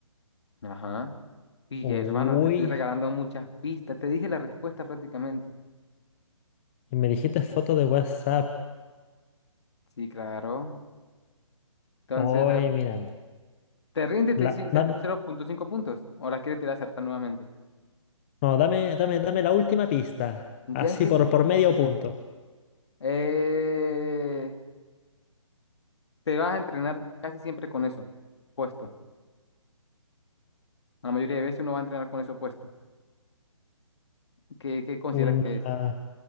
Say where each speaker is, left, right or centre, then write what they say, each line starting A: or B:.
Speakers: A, on the left; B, on the left.
A: Ajá. Y
B: Uy,
A: hermano, te estoy regalando muchas pistas. Te dije la respuesta prácticamente.
B: y me dijiste foto de WhatsApp.
A: Sí, claro. Entonces,
B: Oye,
A: te,
B: miran.
A: te rinde y te
B: La,
A: dice ce-
B: dam-
A: cero punto cinco puntos. ¿O la quieres tirar a acertar nuevamente?
B: no, dame, dame, dame la última pista.
A: Ya
B: Así
A: es que...
B: por,
A: te-
B: por medio punto.
A: eh, Te vas a entrenar casi siempre con eso puesto. La mayoría de veces uno va a entrenar con eso puesto. ¿Qué, qué consideras
B: Una,
A: que es?